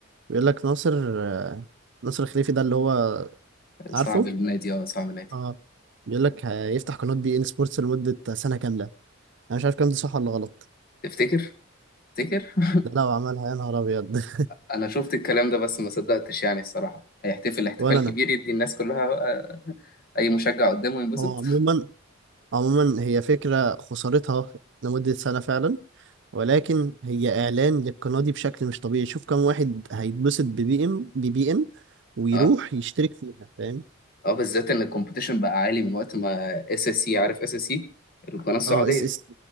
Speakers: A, on the right; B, on the left.
A: بيقول لك ناصر آه ناصر خليفي ده اللي هو
B: صعب
A: عارفه
B: النادي اه صعب النادي
A: اه بيقول لك هيفتح قناه بي ان سبورتس لمده سنه كامله انا مش عارف كام دي صح ولا غلط
B: تفتكر؟ تفتكر <laughs>
A: ده لو عملها يا نهار ابيض <laughs>
B: انا شفت الكلام ده بس ما صدقتش يعني الصراحه هيحتفل احتفال
A: ولا انا
B: كبير يدي الناس كلها آه، اي مشجع قدامه ينبسط
A: هو عموما عموما هي فكرة خسارتها لمدة سنة فعلا ولكن هي إعلان للقناة دي بشكل مش طبيعي شوف كم واحد هيتبسط ببي ام ببي ام ويروح
B: اه
A: يشترك فيها فاهم
B: اه بالذات ان الكومبيتيشن بقى عالي من وقت ما اس اس سي عارف اس اس سي القناه السعوديه
A: اه اس اس